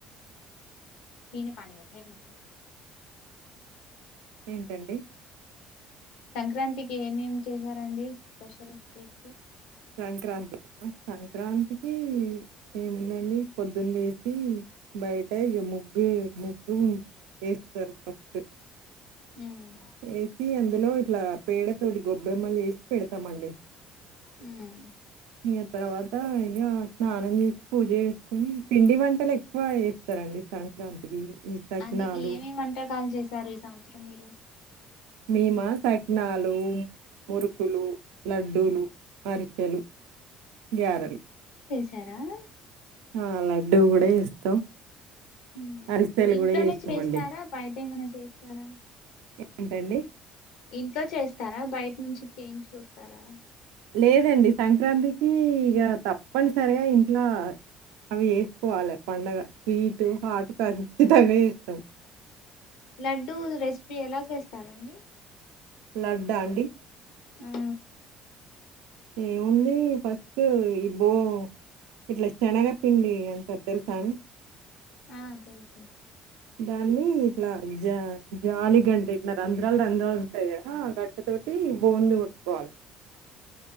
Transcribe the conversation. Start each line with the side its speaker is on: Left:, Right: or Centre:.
Left: పీనే పాని ఫేక్ నకొ
Right: ఏంటండి
Left: సంక్రాంతికి ఏమేమి చేశారండి స్పెషల్ స్వీట్స్
Right: సంక్రాంతిక సంక్రాంతికి ఏేమున్నా పొద్దున్న లేసి బయట ఇక ముగ్గు ముగ్గు వేస్తారు ఫస్ట్
Left: ఉమ్
Right: వేసి అందులో ఇట్లా పేడ తోటి గొబ్బెమ్మలు చేసి పెడతమండి
Left: ఉమ్.
Right: ఇక తర్వాత ఇక స్నానం చేసి పూజ చేసుకొని పిండి వంటలు ఎక్కువ చేేస్తారండి సంక్రాంతికి ఈ సకినాలు
Left: అది ఏమేమి వంటకాలు చేశారు ఈ సంవత్సరం మీరు
Right: మేమా సకినాలు మురుకులు లడ్డూలు అరిసెలు గ్యారెలు
Left: సార
Right: ఆ లడ్డూ కూడా చేస్తాం
Left: ఉ
Right: అరిసెలు
Left: ఇంట్లోనే
Right: కూడా చేసినామండి
Left: చేస్తారా బయట ఏమైనా చేస్తారా
Right: ఏంటండి
Left: ఇంట్లో చేస్తారా బయట నుంచి చేయించి కొస్తారా
Right: లేదండి సంక్రాంతికి ఇక తప్పనిసరిగా ఇంట్లో అవి వేసుకోవాలి పండగ స్వీటు హాట్ <unintelligible> కంచితనే వస్తాం
Left: లడ్డూ రెసిపీ ఎలా చేస్తారండి
Right: లడ్డా అండి
Left: ఆ
Right: ఏముంది ఫస్ట్ ఈ బో ఇట్లా శనగ పిండి తెలుసా అండి
Left: ఆ తెలుసు
Right: దాన్ని ఇట్లా జా జాలిగంటే ఇట్లా రంధ్రాలు రంధ్రాలు ఉంటాయి ఆ గడ్డ తోటి బోందు కొట్టుకోవాలి.